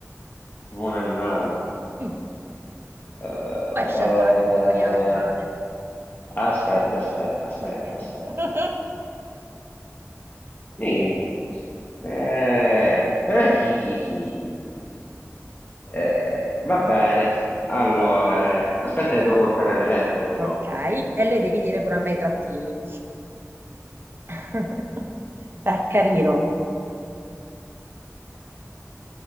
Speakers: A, on the left; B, on the right.
A: un animale.
B: Mm,
A: Eh,
B: Tu hai scelto la categoria animale.
A: aspetta, aspetta, aspetta,
B: Sì, sì.
A: aspetta.
B: <laughs>
A: Mi- eh, eh, hi, hi, hi, hi. Eh, va bene. Allora, eh, aspetta che devo contare le lettere però.
B: Ok, e lei devi dire pure a me i trattini. <laughs> Beh, carino.